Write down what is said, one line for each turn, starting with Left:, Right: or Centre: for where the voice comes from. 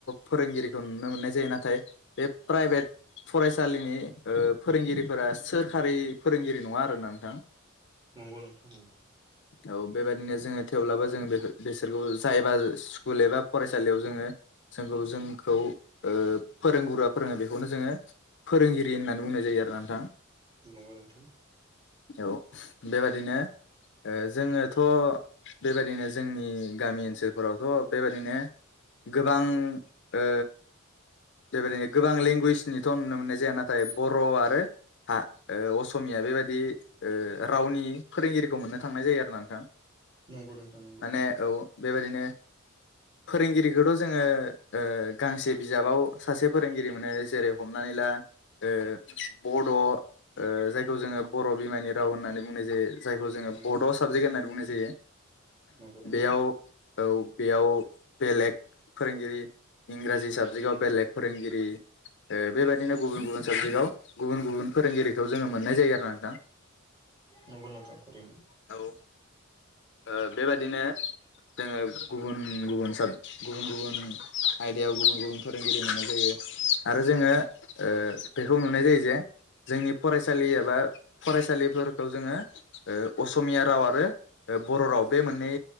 Left: फोरोंगिरिखौ नुनो मोननाय जायो नाथाय बे प्राइभेट फरायसालिनि ओ फोरोंगिरिफोरा सोरखारि फोरोंगिरि नङा आरोना नोंथां
Right: नंगौ नोंथां
Left: औ बेबायदिनो जोङो थेवब्लाबो जों बेफोर बेसोरखौ जायबा स्कुल एबा फरायसालियाव जोङो जोंखौ जोंखौ ओ फोरोंगुरुआ फोरोङो बेखौनो जोङो फोरोंगिरि होननानै बुंनाय जायो आरो ना नोंथां
Right: नोंगौ नोंथां
Left: औ बेबादिनो ओ जोङोथ' बेबादिनो जोंनि गामि ओनसोलफोरावथ' बेबादिनो गोबां ओ बेबायदिनो गोबां लेंगुवेजनिथ' नुनो मोननाय जाया नाथाय बर' आरो हा ओ असमिया बेबायदि ओ रावनि फोरोंगिरिखौ मोननो थांनाय जायो आरो ना नोंथां
Right: नंगौ नंगौ नोंथां
Left: माने औ बेबायदिनो फोरोंगिरिखौथ' जोङो ओ गांसे बिजाबाव सासे फोरोंगिरि माने जेरै हमनानै ला ओ बड' ओ जाय खौ जोङो बर' बिमानि राव होननानै बुंनाय जायो जायखौ जोङो
Right: नंगौ
Left: बड'
Right: नोंथां
Left: साबजेक्ट होननानै बुंनाय जायो
Right: नंगौ नंगौ नोंथां
Left: बेयाव औ बेयाव बेलेग फोरोंगिरि इंराजि साबजेक्टआव बेलेग फोरोंगिरि ओ बेबायदिनो गुबुन गुबुन साबजेक्टआव गुबुन गुबुन फोरोंगिरिखौ जोङो मोननाय जायो आरो ना नोंथां
Right: नंगौ नोंथां नंगौ नोंथां थारैनो
Left: औ ओ बेबादिनो जोङो गुबुन गुबुन साब गुबुन गुबुन आयदायाव गुबुन गुबुन फोरोंगिरि मोननाय जायो आरो जोङो ओ बेखौ नुनाय जायो जे जोंनि फरायसालि एबा फरायसालिफोरखौ जोङो असमिया राव आरो ओ बर' राव बे मोननै